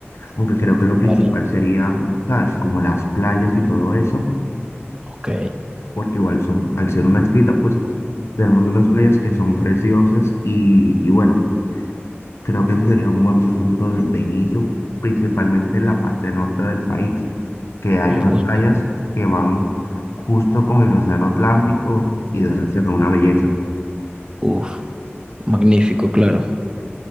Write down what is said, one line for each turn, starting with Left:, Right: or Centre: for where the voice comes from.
Left: aunque creo que lo principal
Right: Vale,
Left: serían, ¿sabes? Como las playas y todo eso,
Right: ok,
Left: porque igual son, al ser una islita, pues tenemos unas playas que son preciosas y, y bueno, creo que ese sería un buen punto de, de inicio, principalmente en la parte norte del país. que hay
Right: me
Left: unas
Right: gusta.
Left: playas que van justo con el océano Atlántico y de verdad que son una belleza.
Right: Uf, magnífico, claro.